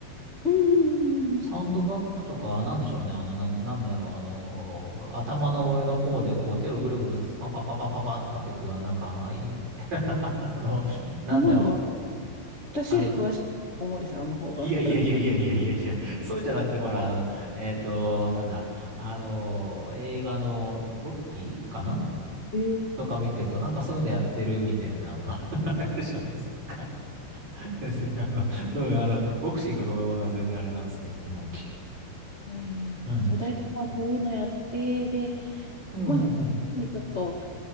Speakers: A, on the left; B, on the right.
A: うんうんうんうん。
B: サンドバッグとか、なんでしょうね。あの、なん、なんだろう。あのー頭の上の方で、こう、手をぐるぐるさせて、パンパンパンパンパンパンって叩くような、なんか、あの、い <laughs> あの、なんだろう。
A: そんなのも、私より詳しい、
B: あの、
A: 小森さんの方が。
B: いやいやいやいやいやいやいや、そうじゃなくて、ほら、あの、えっと、なんだ、あの、映画のロッキーかな
A: えー
B: とか見てると、なんかそういうのやってるみたいな、あの、<laughs> あれあるじゃないですか。ですね、あの、うん、あの、ボクシングそのものは全然あれなんですけれども。
A: いやいやいや、
B: うん。
A: とだいたいまあこういうのやってで、
B: うんうんうん。
A: まあにちょっと